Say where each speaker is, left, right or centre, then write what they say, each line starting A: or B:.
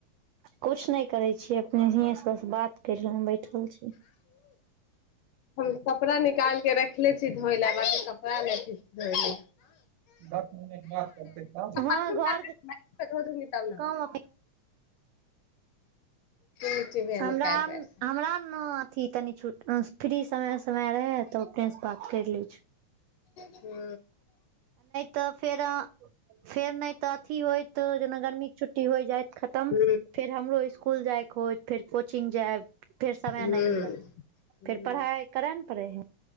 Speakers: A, on the right; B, on the left.
A: कछ नहि करै छियै अपने हिये सब सँ बात कैरलहू बैठल छी
B: हम कपड़ा निकाल के रखले छी धोय ल बाकी कपड़ा नइ धोली
A: दस मिनट बाद करतै कॉल
B: बाथरूम
A: हँ घर
B: <unintelligible> तब न
A: काम
B: मिट्टी भेल
A: हमरा
B: है पैर पैर से
A: हमरा न अथी तनि छुट अ फ्री समय समय रहे तऽ अपने से बात कैर ले छू
B: हू
A: तऽ फेर फेर नहि तऽ अथी होयत जेना गर्मी के छुट्टी होइ जायइत खतम
B: हूं
A: फेर हमरो स्सकुल जाय होइ फेर कोचिंग जायब फेर समय
B: हूँ
A: नहि मिलत फेर पढ़ाइ करन पड़े हैं